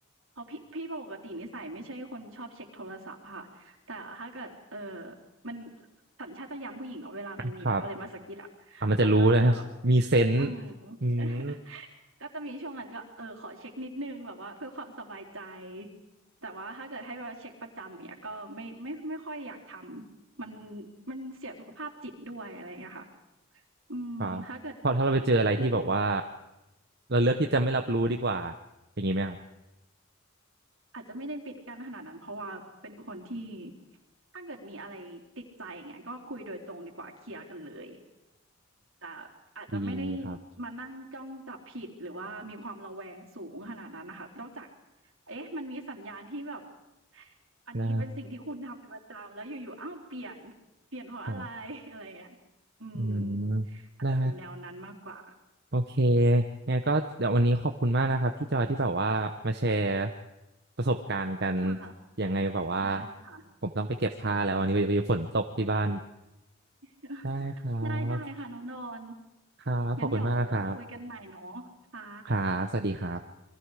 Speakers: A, on the right; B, on the right.
A: เพราะพี่พี่ปกตินิสัยไม่ใช่คนชอบเช็คโทรศัพท์ค่ะแต่ถ้าเกิดเออมันสัญชาตญาณผู้หญิงเนาะเวลามันมีอะไรมาสะกิดอะ
B: ครับอ่ะมันจะรู้นะมีเซนส์
A: มันก็จะแบบอืม
B: อืม
A: <laughs> ก็จะมีช่วงนั้นก็เออขอเช็คนิดนึงแบบว่าเพื่อความสบายใจแต่ว่าถ้าเกิดให้มาเช็คประจำเนี้ยก็ไม่ไม่ไม่ค่อยอยากทำมันมันเสียสุขภาพจิตด้วยอะไรอย่างเงี้ยค่ะอืมถ้าเกิด
B: ครับพอถ้าเราไปเจออะไรที่แบบว่า
A: เลือก
B: เราเลือกที่จะไม่รับรู้ดีกว่าอย่างนี้ไหมครับ
A: อาจจะไม่ได้ปิดกั้นขนาดนั้นเพราะว่าเป็นคนที่ถ้าเกิดมีอะไรติดใจอย่างเงี้ยก็คุยโดยตรงดีกว่าเคลียร์กันเลยแต่อาจจะไม่ได้
B: ดีครับ
A: มานั่งจ้องจับผิดหรือว่ามีความระแวงสูงขนาดนั้นน่ะค่ะนอกจากเอ๊ะมันมีสัญญาณที่แบบอันนี้เป็นสิ่งที่คุณทำเป็นประจำแล้วอยู่ๆอ้าวเปลี่ยน
B: ได้
A: เปลี่ยนเพราะอะไรอะไรอย่างเงี้ยอืม
B: ครับอืม
A: อาจจะเป็นแนวนั้นมากกว่า
B: ได้โอเคงั้นก็เดี๋ยววันนี้ขอบคุณมากนะครับพี่จอยที่แบบว่ามาแชร์ประสบการณ์กัน
A: ค่ะ
B: ยังไงแบบว่า
A: ได้ค่ะ
B: ผมต้องไปเก็บผ้าแล้ววันนี้ไปฝนตกที่บ้าน
A: ใช่ <laughs>
B: ได้ครับ
A: ได้ได้ค่ะน้องดอน
B: ครับขอบคุณมากครับ
A: งั้นเดี๋ยวคุยกันใหม่เนาะค่ะ
B: ครับสวัสดีครับ